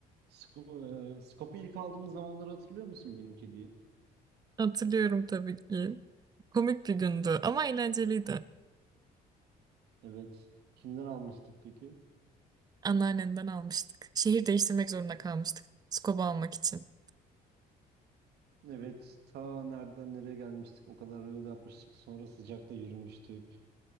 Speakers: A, on the right; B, on the right.
A: Sko e, Skop'u ilk aldığımız zamanları hatırlıyor musun benim kediyi?
B: Hatırlıyorum tabii ki. Komik bir gündü ama eğlenceliydi.
A: Evet. Kimden almıştık peki?
B: Anneannemden almıştık. Şehir değiştirmek zorunda kalmıştık. Skoba almak için.
A: Evet. Ta nereden nereye gelmiştik? O kadar yol yapmıştık. Sonra sıcakta yürümüştük.